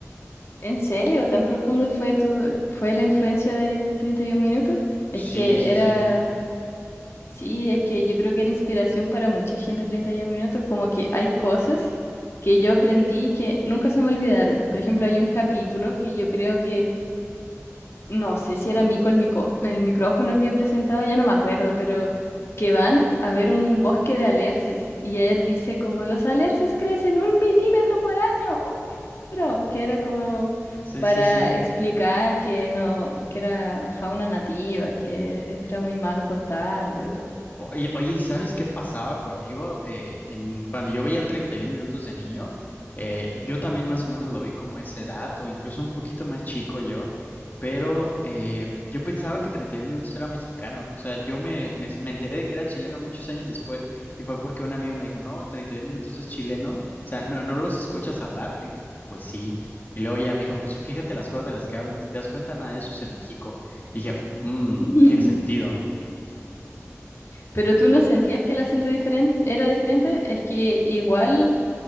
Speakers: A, on the left; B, on the left.
A: ¿En serio? ¿Tan profundo fue tu, fue la influencia de 31 minutos? Es
B: Sí,
A: que
B: sí,
A: era
B: sí.
A: Sí, es que yo creo que era inspiración para mucha gente 31 minutos, como que hay cosas que yo aprendí que nunca se me olvidaron. Por ejemplo, hay un capítulo que yo creo que, no sé si era Mico el, micó- el micrófono que presentaba, ya no me acuerdo, pero que van a ver un bosque de alerces y él dice como los alerces crecen un milímetro por año, otro, que era como
B: Sí,
A: para
B: sí, sí.
A: explicar que no, que era fauna nativa, que era muy malo cortarlo y todo.
B: Oye, oye, ¿sabes qué pasaba conmigo? Eh, en, cuando yo veía 31 minutos de niño, eh, yo también más o menos lo vi como esa edad, o incluso un poquito más chico yo, pero eh, yo pensaba que 31 minutos era mexicano. O sea, yo me, me, me enteré de que era chileno muchos años después, y fue porque un amigo me dijo, no, 31 minutos es chileno, o sea, no, no los escuchas hablar. Y le dije, pues sí. Y luego ya me dijo, pues fíjate las cosas de las que hablan, si te das cuenta, nada de eso es en México. Y dije, mmm,
A: <laughs>
B: tiene sentido.
A: Pero tú no sentías que el acento diferente era diferente, es que igual,